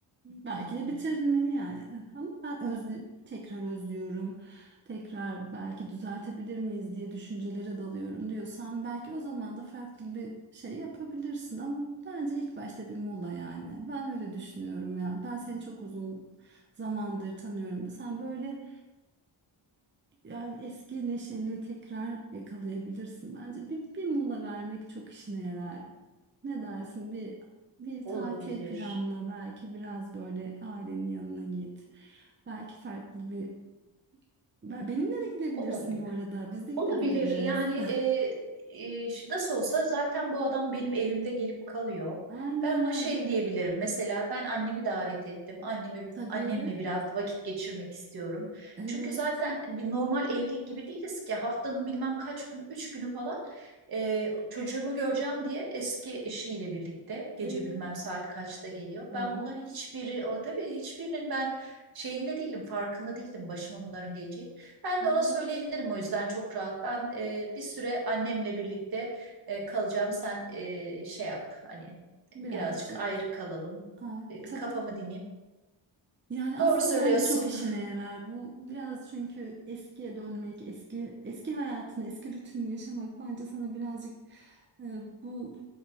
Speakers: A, on the right; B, on the right.
A: Belki
B: Hı
A: de
B: hı.
A: bitirilmeli yani. Ama ben özlü, tekrar özlüyorum. Tekrar belki düzeltebilir miyiz diye düşüncelere dalıyorum diyorsan belki o zaman da farklı bir şey yapabilirsin ama bence ilk başta bir mola yani. Ben öyle düşünüyorum ya. Ben seni çok uzun zamandır tanıyorum. Sen böyle yani eski neşeni tekrar yakalayabilirsin bence. Bir, bir mola vermek çok işine yarar. Ne dersin? Bir bir
B: Olabilir.
A: tatil planla belki biraz böyle ailenin yanına git. Belki farklı bir Be- benimle de gidebilirsin
B: Olabilir.
A: bu arada. Biz de gidebiliriz.
B: Olabilir yani e, e, şu- nasıl olsa zaten bu adam benim evimde gelip kalıyor.
A: <laughs> Aynen
B: Ben ona şey
A: öyle.
B: diyebilirim mesela ben annemi davet ettim. Annemi
A: Tabii.
B: annemle biraz vakit geçirmek istiyorum.
A: Evet.
B: Çünkü zaten bir normal evli gibi değiliz ki haftanın bilmem kaç günü üç günü falan e, çocuğumu göreceğim diye eski eşiyle birlikte gece
A: Evet.
B: bilmem saat kaçta geliyor.
A: Oo,
B: Ben bunların hiçbiri o tabii hiçbirinin ben şeyinde değilim farkında değildim başıma bunların geleceğini. Ben
A: evet.
B: de ona söyleyebilirim o yüzden çok rahat. Ben e, bir süre annemle birlikte e, kalacağım. Sen e, şey yap hani
A: Birazcık.
B: birazcık ayrı kalalım.
A: Ha,
B: E, bir
A: tabii
B: kafamı dinleyeyim.
A: Yani aslında
B: Doğru söylüyorsun.
A: bence çok işine yarar bu. Biraz çünkü eskiye dönmek, eski eski hayatını, eski rutinini yaşamak bence sana birazcık e, bu